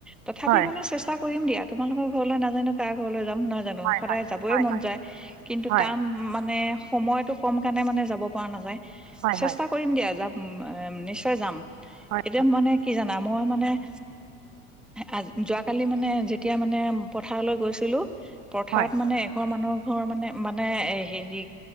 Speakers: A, in the centre; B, on the right.
A: তথাপি
B: হয়
A: মানে চেষ্টা কৰিম দিয়া তোমালোকৰ ঘৰলৈ নাজানো কাৰ ঘৰলৈ যাম ন- জানো
B: হয়
A: সদায়
B: হয়
A: যাবই
B: হয়
A: মন
B: হয়
A: যায় কিন্তু
B: হয়
A: তাৰ- মানে সময়তটো কম কাৰণে মানে যাব পৰা নাযায়
B: হয়
A: চেষ্টা
B: হয়
A: কৰিম দিয়া যাব। উমঁ নিশ্চয় যাম
B: হয়
A: এতিয়া মানে কি জানা মই মানে- আ যোৱাকালি মানে যেতিয়া মানে পথাৰলৈ গৈছিলো পথাৰত
B: হয় হয়
A: মানে- ঘৰ মানুহৰ ঘৰ মানে মানে এ হেৰি